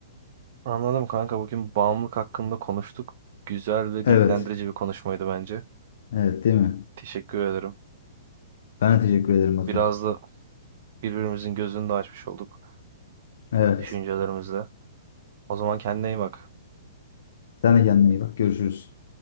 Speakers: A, on the right (about 45°); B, on the left (about 65°).
A: Anladım kanka. Bugün bağımlılık hakkında konuştuk. Güzel ve
B: Evet,
A: bilgilendirici bir konuşmaydı bence.
B: evet değil mi?
A: Teşekkür ederim.
B: Ben de teşekkür ederim Batu.
A: Biraz da birbirimizin gözünü de açmış olduk
B: Evet.
A: düşüncelerimizle. O zaman kendine iyi bak.
B: Sen de kendine iyi bak. Görüşürüz.